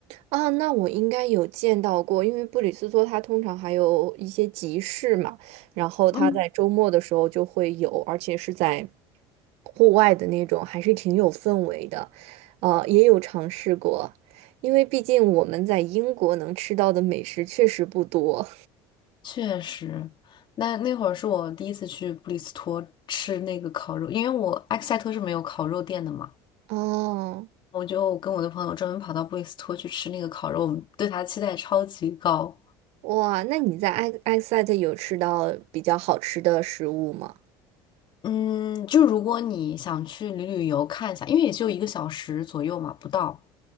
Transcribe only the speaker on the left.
嗯，
确实，那那会儿是我第一次去布里斯托吃那个烤肉，因为我埃克塞特是没有烤肉店的嘛，
我就跟我的朋友专门跑到布里斯托去吃那个烤肉，我们对它的期待超级高。
嗯，就如果你想去旅旅游看一下，因为也就一个小时左右嘛，不到。